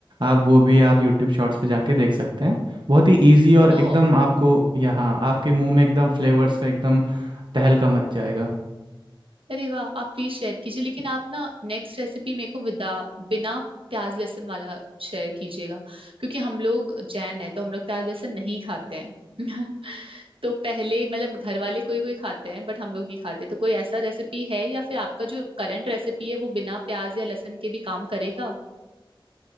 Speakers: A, on the right; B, on the right.
A: आप वो भी आप यूट्यूब शॉर्ट्स पे जाके देख सकते हैं बहुत ही ईजी और
B: ओ
A: एकदम आपको यहाँ आपके मुंह में एकदम फ्लेवर्स का एकदम तहलका मच जाएगा
B: अरे वाह आप प्लीज शेयर कीजिए लेकिन आप ना नेक्स्ट रेसिपी मेरे को विदा बिना प्याज लहसुन वाला शेयर कीजिएगा क्योंकि हम लोग जैन है तो हम लोग प्याज लहसुन नहीं खाते हैं <laughs> तो पहले मतलब घर वाले कोई कोई खाते हैं बट हम लोग नहीं खाते तो कोई ऐसा रेसिपी है या फिर आपका जो करंट रेसिपी है वो बिना प्याज या लहसुन के भी काम करेगा